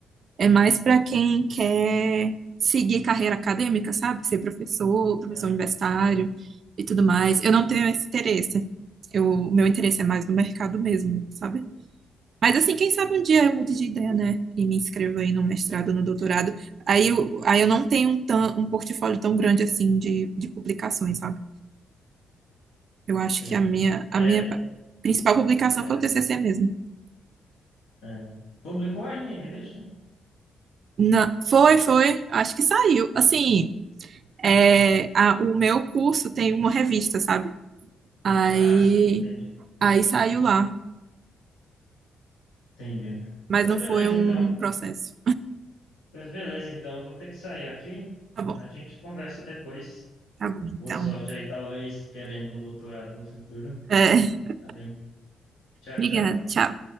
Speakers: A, on the right; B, on the left.
A: é mais para quem quer seguir carreira acadêmica, sabe? Ser professor, professor
B: Aham,
A: universitário e tudo mais. Eu não tenho esse interesse. Eu, o meu interesse é mais no mercado mesmo, sabe? Mas assim, quem sabe
B: uhum,
A: um dia eu mude de ideia, né? E me inscrevo aí no mestrado, no doutorado. Aí eu, aí eu não tenho um, tão, um portfólio tão grande assim de, de publicações, sabe? Eu acho
B: entendi.
A: que a minha,
B: É,
A: a minha principal publicação
B: é,
A: foi o TCC mesmo.
B: é. Publicou ainda em revista?
A: Não, foi, foi. Acho que saiu. Assim, é, a- o meu curso tem uma revista, sabe? Aí,
B: Ah, sim, entendi.
A: aí saiu lá,
B: Entendi.
A: mas
B: Pois
A: não
B: beleza,
A: foi um
B: então.
A: processo.
B: Pois beleza, então. Eu vou ter que sair aqui.
A: Tá bom,
B: A gente conversa depois.
A: tá bom, então.
B: Boa sorte aí, talvez querendo um doutorado no futuro.
A: É, <laughs>
B: Tá bem. Tchau,
A: obrigada,
B: tchau.
A: tchau.